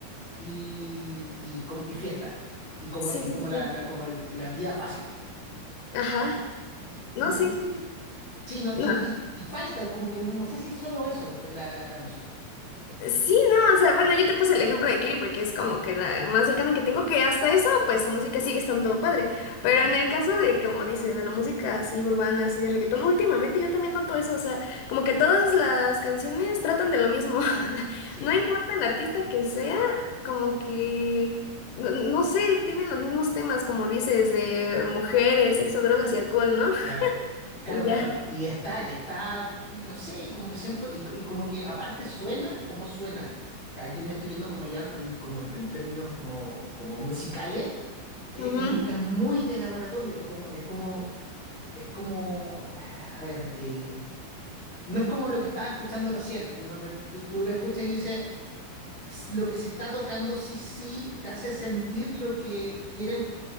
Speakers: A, on the left; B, on the left.
A: y, y, como- y fiesta, y como,
B: sí,
A: y
B: sí,
A: como,
B: sí.
A: la, la- como el- la vida fácil.
B: Ajá.
A: Y, y
B: No,
A: no-
B: sí.
A: y-
B: sí.
A: sí, no, y,
B: No.
A: no- y- y falta, como que no, no sé si es solo eso, eh, la, la, la música.
B: Sí, no, o sea, bueno, yo te puse el ejemplo de Kiri porque es como que la más cercana que tengo, que hasta eso, pues su música sigue estando padre. Pero
A: Ujú.
B: en el caso de, como dices, de la música así urbana, así de reggaetón, últimamente yo también noto eso, o sea, como que todas las canciones tratan de lo mismo. <laughs>
A: Sí,
B: No importa el artista que sea, como que, no, no sé, tienen los mismos temas, como dices, de mujeres, sexo, drogas y alcohol, ¿no? <laughs>
A: Claro, claro,
B: Y ya.
A: claro. Y está, y está, y no sé, como que siento, y, y como que aparte suena como suena. Aquí me estoy yendo como ya en, como en, en términos como, como musicales. E-
B: Ujú.
A: Es, es muy de laboratorio, es como, es como, es como, <sighs> a ver, eh, no es como lo que estaba escuchando recién, en donde tú, tú lo escuchas y dices, s- lo que se está tocando sí, sí te hace sentir lo que quieren